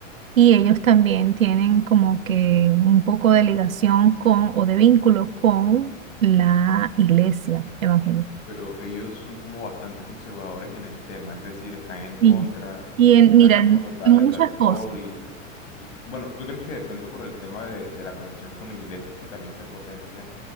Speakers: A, on the right; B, on the left.
A: Y ellos también tienen como que un poco de ligación con o de vínculo con la iglesia evangélica.
B: Pero ellos son como bastante conservadores en el tema, es decir, están en contra,
A: Sí. Y en,
B: están
A: mira,
B: como
A: en
B: total
A: muchas
B: detractor
A: cosas.
B: y, y bueno, ¿tú crees que de pronto por el tema de, de la conexión con la iglesia es que también se potencia